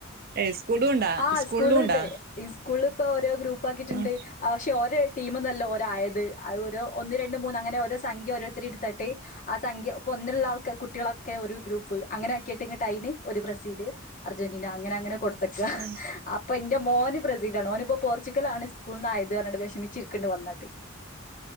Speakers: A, on the right; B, on the left.
A: ഏഹ് സ്കൂളുണ്ടാ
B: ആഹ്
A: സ്കൂളിലുണ്ടാ
B: സ്കൂളി ഈ സ്കൂളില് പുതിയ ഗ്രുപ്പ് ഉപ്പാക്കിട്ടുണ്ട്
A: ആഹ്
B: പക്ഷെ ഓരോ ടീമന്നല്ലോ ഒരായത് അത്ഓരോ ഒന്ന് രണ്ട് മൂന്ന് അങ്ങനെ ഓരോ സംഖ്യ <unintelligible> എടുത്തിട്ട് ആഹ് സംഖ്യ ഇപ്പ ഒുള്ള ആൾക്ക് കുട്ടികളൊക്കെ ഒരു ഗ്രൂപ്പ് അങ്ങനെ ആക്കിയിട്ട് <unintelligible> ഒരു ബ്രസീല് അർജറ്റിനാ അങ്ങനെ അങ്ങനെ കൊടു എത്തക്ക
A: ആഹ്
B: അപ്പ ഇന്റെ മോന് ബ്രസീലാണ് ോന്പ്പോ പോർച്ചുഗല ആണ് സ്കൂള നിന്ന് ആയത്ുകട്ട് വിഷമിച്ചിരിക്കേണ്ടണ്ട് വന്നിട്ട്